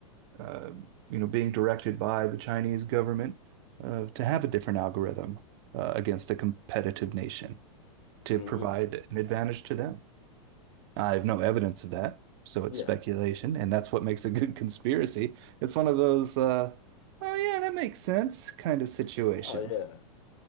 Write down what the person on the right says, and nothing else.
uh, you know, being directed by the Chinese government uh, to have a different algorithm uh, against a competitive nation to
provide an advantage to them. I have no evidence of that, so it's
speculation, and that's what makes a good <laughs> conspiracy. It's one of those, uh, oh yeah, that makes sense kind of situations.